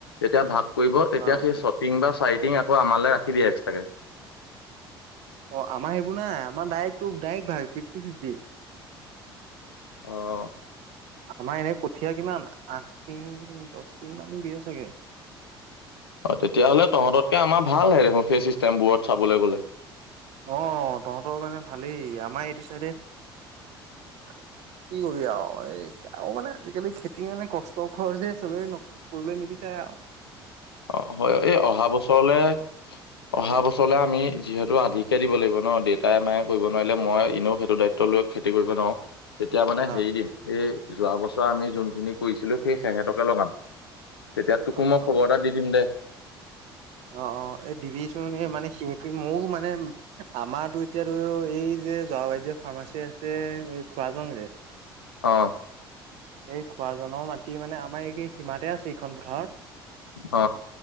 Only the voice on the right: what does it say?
অ'
অ', আমাৰ সেইবোৰ নাই আমাৰ ডাইৰেক্ট তোৰ ডাইৰেক্ট ভাই ফিফটি ফিফটি।
আমাৰ এনে কঠিয়া কিমান, আঠ টিং দহ টিং মান দিয়ে। চাগে
অ', তহঁতৰ মানে ভালেই আমাৰ এইটো চাইডে কি কৰিবি আৰু, এই আৰু মানে আজিকালি খেতি মানে কষ্ট খৰচ যে চবেই কৰিবলৈ নিবিচাৰে। যও <unintelligible>
অ
অ অ
অ', অ', এই দিবিচোন মানে সি মোৰ মানে আমাৰো এতিয়াতো ধৰিলো যাওঁ ফাৰ্মাচী আছে খুৰাজন যে
এই খুৰাজনৰ মাটি মানে আমাৰ এই সীমাতে আছে এইখন পথাৰত।